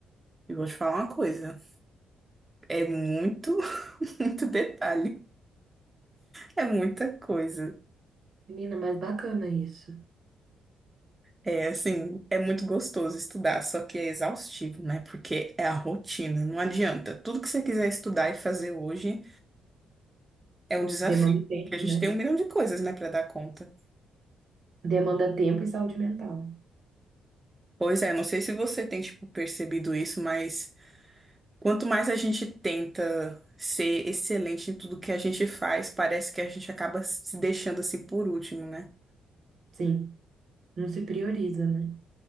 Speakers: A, on the right; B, on the right.
A: E vou te falar uma coisa, é muito, <laughs> muito detalhe, é muita coisa.
B: Menina, mas bacana isso.
A: É assim, é muito gostoso estudar, só que é exaustivo, né? Porque é a rotina, não adianta. Tudo que você quiser estudar e fazer hoje é um desafio,
B: Demanda tempo,
A: porque a gente
B: né?
A: tem um milhão de coisas, né, para dar conta.
B: Demanda tempo e saúde mental.
A: Pois é, não sei se você tem, tipo, percebido isso, mas quanto mais a gente tenta ser excelente em tudo que a gente faz, parece que a gente acaba se deixando assim por último, né?
B: Sim, não se prioriza, né?